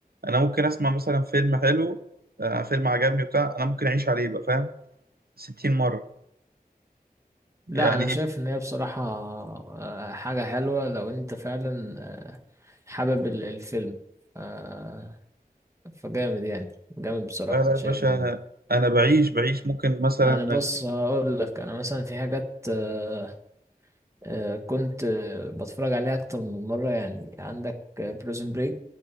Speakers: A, on the right; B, on the right.
A: انا ممكن اسمع مثلا فيلم حلو آه، فيلم عجبني وبتاع انا ممكن اعيش عليه بقى فاهم 60 مره
B: لا
A: يعني
B: انا شايف ان هي بصراحة آه، حاجة حلوة لو انت فعلا آه، حابب ال- الفيلم آه، فجامد يعني جامد بصراحة
A: لا لا
B: انا
A: يا
B: شايف
A: باشا
B: انه
A: انا بعيش بعيش ممكن مثلا
B: يعني بص هقول لك انا مثلا في حاجات آه، آه، كنت آه، بتفرج عليها اكتر من مرة يعني عندك بريزون بريك